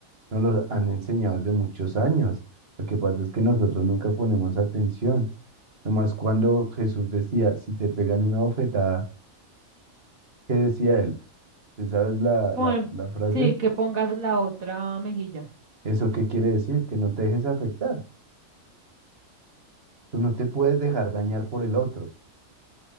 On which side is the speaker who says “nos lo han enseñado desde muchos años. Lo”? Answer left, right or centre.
Right